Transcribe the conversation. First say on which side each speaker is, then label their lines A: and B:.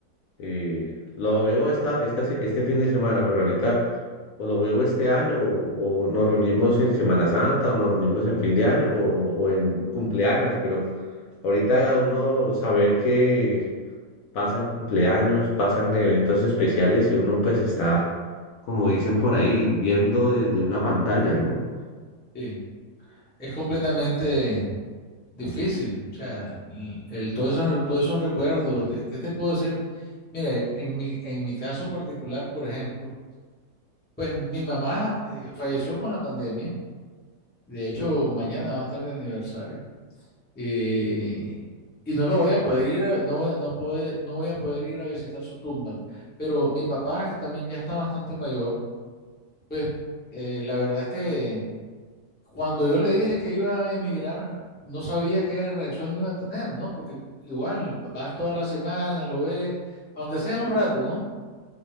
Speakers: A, on the left; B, on the left.
A: Eh, lo veo esta, esta se- este fin de semana, pero ahorita o lo veo este año o, o nos reunimos en Semana Santa o nos reunimos en fin de año o, o en cumpleaños, pero ahorita uno saber que pasan cumpleaños, pasan eventos especiales y uno pues está, como dicen por ahí, viendo desde una pantalla, ¿no?
B: Sí, es completamente... Difícil, o sea, el, el- todo eso- todos esos recuerdos, ¿qué qué te puedo decir? Mira, en mi, en mi caso particular, por ejemplo, pues mi mamá eh, falleció con la pandemia, de hecho mañana va a estar de aniversario, eh, y no lo voy a poder ir a, no voy, no puedo- no voy a poder ir a visitar su tumba, pero mi papá, que también ya está bastante mayor, pues eh, la verdad es que Cuando yo le dije que iba a emigrar, no sabía qué reacción iba a tener, ¿no? Porque igual vas toda la semana, lo ves, aunque sea un rato, ¿no?